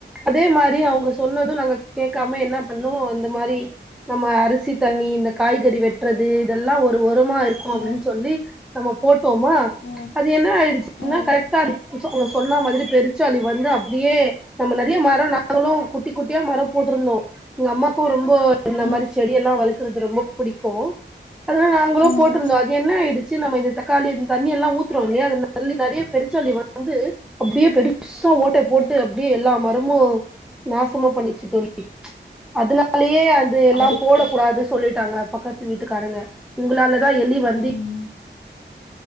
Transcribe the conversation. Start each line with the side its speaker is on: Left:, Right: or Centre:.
Centre: அதே மாதிரி அவங்க சொன்னதும் நாங்க கேட்காம என்ன இன்னும் இந்த மாரி நம்ம அரிசி தண்ணி இந்த காய்கறி வெட்டுறது இதெல்லாம் ஒரு ஒர்க் தும்மா இருக்கும்
Left: ம்
Centre: அப்டின்னு சொல்லி நம்ம போட் போட்டமா
Left: ம் ம்
Centre: அது என்ன ஆயிடுச்சுன்னா
Left: ம்
Centre: கரெக்டா இரு <unintelligible> சொன்ன மாதிரி பெருச்சாளி வந்து அப்படியே நம்ம நிறைய மரம் நாங்களும் குட்டி குட்டியா மரம் போட்டிருந்தோம் எங்க அம்மாக்கும் ஒரு ரொம்ப இந்த
Left: ம்
Centre: மாதிரி செடிய எல்லாம் வளக்குறது ரொம்ப பிடிக்கும் அதெல்லாம் நாங்களும்
Left: ம்
Centre: போட்டிருந்தோம் அது என்ன ஆயிடுச்சு நம்ம இந்த தக்காளி இரு தண்ணி எல்லாம் ஊத்துரும்வோம் இல்லையா அது தல்லி நிறைய பெருச்சாலி வந்து அப்படியே பெருசா ஓட்ட போட்டு
Left: ம்
Centre: அப்படியே எல்லா மரமும் நாசமா பண்ணிச்சு தோழி அதுலயே அது எல்லாம்
Left: அதுக்கு
Centre: போடக்க கூடாது சொல்லிட்டு ட்டாங்க பக்கத்து வீட்டுக்காரங்க உங்களால தா எலி வந்து
Left: ம் ம்